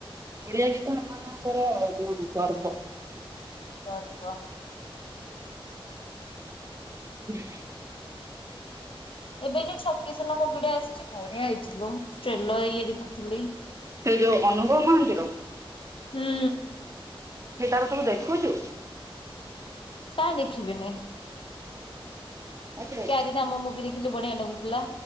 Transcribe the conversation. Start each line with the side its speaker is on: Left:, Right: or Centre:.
Right: ଓଡିଆ ଗୀତ ଆମମାନଙ୍କର ଗର୍ବ।
Left: ଗର୍ବ।
Right: <unintelligible>
Left: ଏବେ ଯୋଉ ଛକି ଶୁନ ମୁଭି ଟା ଆସିଛି ବଢିଆ ହେଇଛିଲୋ ଟ୍ରେଲର ଇଏ ଦେଖୁଥିଲି।
Right: ସେ ଯୋଉ ଅନୁଭବ ମହାନ୍ତିର
Left: ହୁଁ।
Right: <inaudible> ତୁ ଦେଖୁଛୁ।
Left: କାଇଁ ଦେଖିବିନି।
Right: ଆରେ
Left: ଚାରିଧାମ ମୁଭି ଦେ। ଦେଖିଲି ବଢିଆ ଲାଗୁଥିଲା